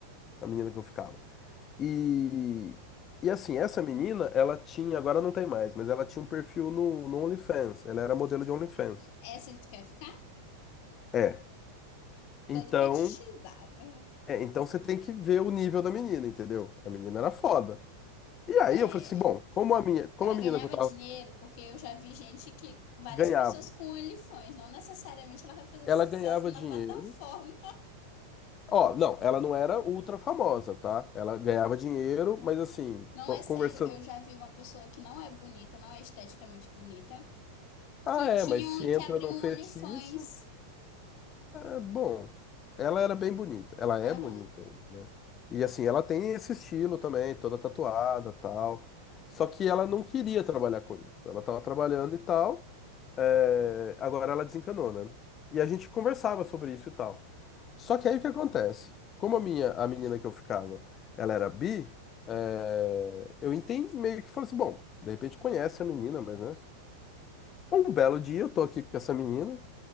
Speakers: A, on the left (about 30°); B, on the left (about 45°).
A: a menina que eu ficava. E, e assim, essa menina, ela tinha, agora não tem mais, mas ela tinha um perfil no, no OnlyFans. Ela era modelo de OnlyFans.
B: Essa que tu quer ficar?
A: É. Então,
B: Todo fetichizada.
A: é, então você tem que ver o nível da menina, entendeu? A menina era foda. E aí
B: É.
A: eu falei assim, bom, como a minha, como
B: Ela
A: a menina
B: ganhava
A: que eu tava
B: dinheiro porque eu já vi gente que. Várias
A: ganhava,
B: pessoas com OnlyFans. Não necessariamente ela vai fazer
A: ela
B: sucesso
A: ganhava
B: na
A: dinheiro.
B: plataforma.
A: Ó, não, ela não era ultra famosa, tá? Ela ganhava dinheiro, mas assim,
B: Não,
A: co-
B: é sério.
A: conversando.
B: Eu já vi uma pessoa que não é bonita, não é esteticamente bonita,
A: Ah,
B: que
A: é,
B: tinha
A: mas se
B: um,
A: entra
B: que abriu
A: num
B: um
A: fetiche,
B: OnlyFans.
A: é bom. Ela era bem bonita. Ela
B: Aham.
A: é bonita ainda, né? E assim, ela tem esse estilo também, toda tatuada, tal. Só que ela não queria trabalhar com isso. Ela tava trabalhando e tal. é, Agora ela desencanou, né? E a gente conversava sobre isso e tal. Só que aí o que acontece? Como a minha, a menina que eu ficava, ela era bi, é, eu entendi meio que falei assim, bom, de repente conhece a menina, mas né? Um belo dia eu tô aqui com essa menina,